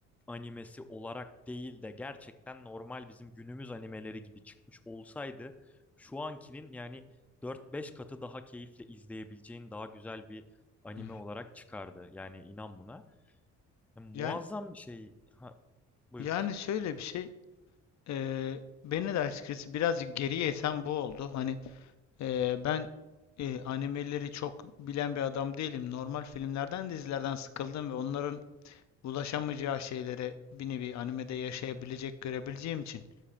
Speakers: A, in the centre; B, on the left.
A: animesi olarak değil de gerçekten normal bizim günümüz animeleri gibi çıkmış olsaydı şu ankinin yani dört beş katı daha keyifle izleyebileceğin daha güzel bir anime
B: Hı.
A: olarak çıkardı. Yani inan buna. Ya, muazzam
B: Yani
A: bir şey. Ha, buyur.
B: yani şöyle bir şey, eee, beni de açıkçası birazcık geriye iten bu oldu. Hani Ee, ben e, animeleri çok bilen bir adam değilim. Normal filmlerden, dizilerden sıkıldım ve onların ulaşamayacağı şeyleri bir nevi animede yaşayabilecek, görebileceğim için